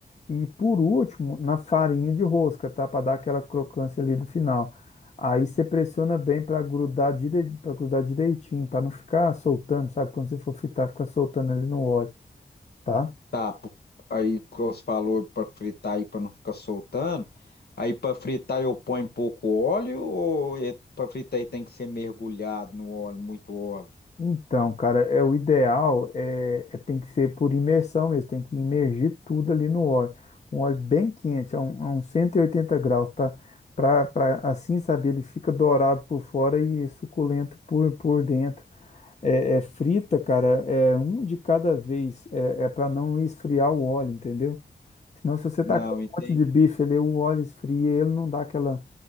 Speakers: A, on the left; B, on the left.
A: e por último na farinha de rosca, tá? Para dar aquela crocância ali do final. Aí você pressiona bem para grudar, dire... para grudar direitinho, para não ficar soltando, sabe? Quando você for fritar, fica soltando ali no óleo, tá?
B: Tá, p- aí que você falou para fritar aí para não ficar soltando. Aí para fritar eu ponho pouco óleo ou para fritar aí tem que ser mergulhado no óleo, muito óleo?
A: Então, cara, é o ideal é, é- tem que ser por imersão mesmo, tem que imergir tudo ali no óleo, um óleo bem quente, a, um, a uns 180 graus, para assim, sabe, ele fica dourado por fora e suculento por, por dentro. É, é frita, cara, é um de cada vez, é, é para não esfriar o óleo, entendeu? Senão, se você
B: Não,
A: tacar um
B: entendi.
A: monte de bife ele o óleo esfria, ele não dá aquela,